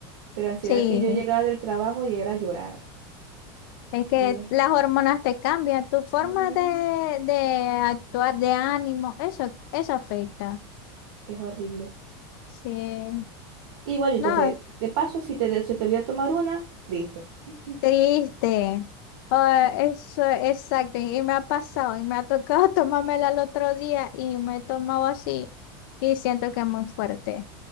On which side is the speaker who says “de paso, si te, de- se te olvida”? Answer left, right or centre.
Right